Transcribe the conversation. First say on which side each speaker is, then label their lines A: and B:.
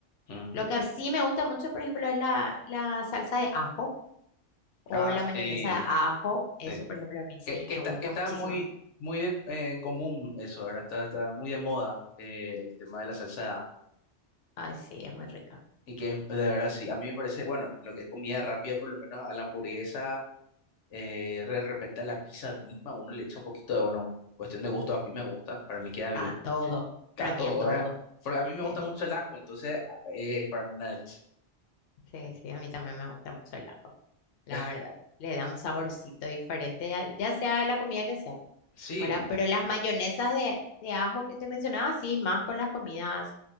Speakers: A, on the left (about 80°); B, on the left (about 65°).
A: Ujú.
B: Lo que sí me gusta mucho, por ejemplo, es la, la salsa de ajo o
A: Ah,
B: la
A: sí,
B: mayonesa de ajo. Eso,
A: sí.
B: por ejemplo, a mí sí
A: Que, que
B: me
A: está,
B: gusta
A: que está
B: muchísimo.
A: muy, muy de- en común eso, ahora Está, está muy de moda eh, el tema de la salsa
B: Ay, sí, es muy rica.
A: Y que es, de verdad, sí, a mí me parece, bueno, lo que es comida rápida, por lo menos a la hamburguesa, eh, de repente a la pizza misma, uno le echa un poquito de, bueno, cuestión de gusto, a mí me gusta, para mí queda bien,
B: A todo.
A: <laughs>
B: Para
A: a
B: mí,
A: todo,
B: a todo.
A: ¿verdad? Porque a mí me
B: <laughs>
A: gusta mucho el ajo, entonces a- es para mí una delicia.
B: Sí, sí, a mí también me gusta mucho el ajo, la
A: <laughs>
B: verdad. Le da un saborcito diferente, ya ya sea la comida que sea.
A: Sí,
B: ¿verdad? Pero las mayonesas de, de ajo que te mencionaba, sí, más con las comidas,